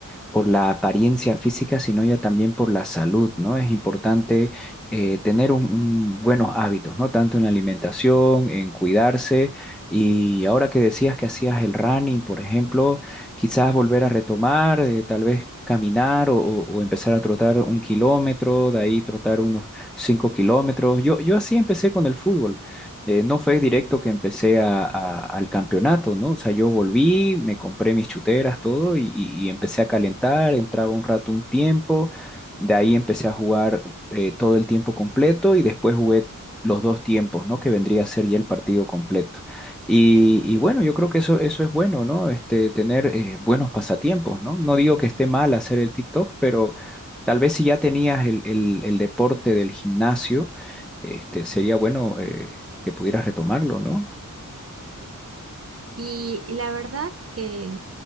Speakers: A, in the centre; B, on the right.
A: por la apariencia física, sino ya también por la salud, ¿no? Es importante eh, tener un- un buenos hábitos, ¿no? Tanto en la alimentación, en cuidarse. Y ahora que decías que hacías el running, por ejemplo, quizás volver a retomar, eh, tal vez caminar o, o- o empezar a trotar un kilómetro, de ahí trotar unos cinco kilómetros. Yo, yo así empecé con el fútbol eh, no fue directo que empecé a- a- al campeonato, ¿no? O sea, yo volví, me compré mis chuteras, todo, y, y- y empecé a calentar, entraba un rato un tiempo, de ahí empecé a jugar eh, todo el tiempo completo y después jugué los dos tiempos, ¿no? Que vendría a ser ya el partido completo. Y, y bueno, yo creo que eso, eso es bueno, ¿no? Este, tener eh, buenos pasatiempos, ¿no? No digo que esté mal hacer el TikTok, pero tal vez si ya tenías el, el el deporte del gimnasio, este, sería bueno eh, que pudieras retomarlo, ¿no?
B: Y la verdad que